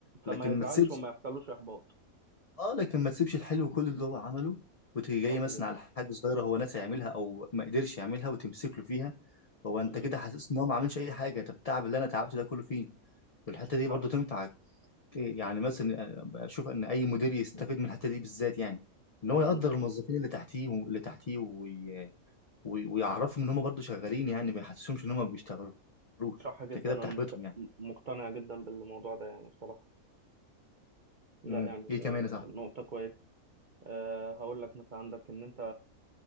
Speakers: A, on the right; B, on the left.
A: فما
B: لكن
A: يزعلش
B: ما تسيبش
A: وما يحصلوش احباط
B: اه لكن ما تسيبش الحلو كل اللي هو عمله وتيجي جاي
A: صح
B: مثلا
A: جدا
B: على حاجه صغيره هو ناسي يعملها او ما قدرش يعملها وتمسك له فيها هو
A: م-
B: انت كده
A: م.
B: حاسس ان هو ما عملش اي حاجه طب التعب اللي انا تعبته ده كله فين والحته دي برضو
A: صح
B: تنفع يعني مثلا آه، اشوف ان اي مدير يستفيد من الحته دي بالذات يعني ان
A: م-
B: هو
A: م.
B: يقدر الموظفين اللي تحتيه اللي تحتيه وي... وي... ويعرفهم ان هم برضو شغالين يعني ما يحسسهمش ان هم ما بيشتغلوش
A: صح جدا
B: انت كده
A: انا
B: بتحبطهم
A: مقت-
B: يعني
A: مقتنع جدا بالموضوع ده يعني بصراحه لا
B: امم
A: يعني
B: ايه
A: آه،
B: كمان يا صاحبي
A: نقطة كويسة آه، هقول لك مثلا عندك إن أنت